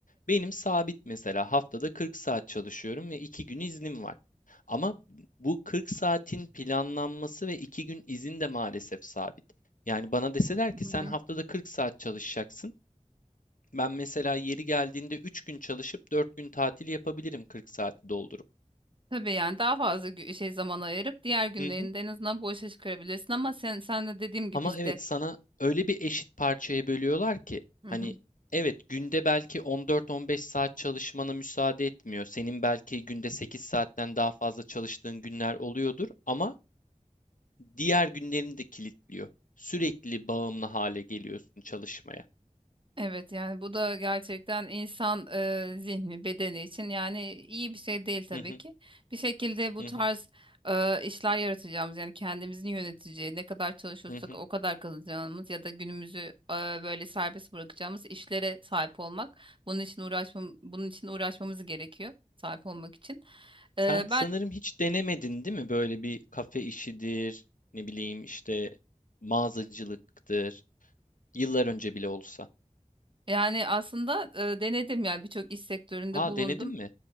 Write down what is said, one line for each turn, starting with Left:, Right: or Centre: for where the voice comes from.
Left: Benim sabit mesela haftada 40 saat çalışıyorum ve 2 gün iznim var. Ama bu 40 saatin planlanması ve 2 gün izin de maalesef sabit. Yani bana deseler ki
Right: Hı
Left: sen
Right: hı.
Left: haftada 40 saat çalışacaksın. Ben mesela yeri geldiğinde 3 gün çalışıp 4 gün tatil yapabilirim 40 saati doldurup.
Right: Tabii yani daha fazla gü- şey zaman ayırıp diğer günlerinde
Left: Hı hı.
Right: en azından bu işe çıkarabilirsin ama sen sen de dediğim gibi
Left: Ama
Right: işte
Left: evet sana öyle bir eşit parçaya bölüyorlar ki
Right: Hı
Left: hani
Right: hı.
Left: evet günde belki on dört on beş saat çalışmana müsaade etmiyor. Senin belki günde 8 saatten daha fazla çalıştığın günler oluyordur ama diğer günlerini de kilitliyor. Sürekli bağımlı hale geliyorsun çalışmaya.
Right: evet yani bu da gerçekten insan e, zihni bedeni için yani iyi bir şey değil tabii
Left: Hı hı
Right: ki. Bir şekilde bu
Left: hı
Right: tarz
Left: hı
Right: e, işler yaratacağımız yani kendimizin yöneteceği ne kadar çalışırsak
Left: hı hı.
Right: o kadar kazanacağımız ya da günümüzü e, böyle serbest bırakacağımız işlere sahip olmak bunun için uğraşmam bunun için uğraşmamız gerekiyor sahip olmak için. E,
Left: Sen sanırım hiç denemedin değil mi? Böyle bir kafe işidir, ne bileyim işte mağazacılıktır. Yıllar önce bile olsa.
Right: Yani aslında e, denedim yani birçok iş sektöründe
Left: Aa
Right: bulundum.
Left: denedin mi?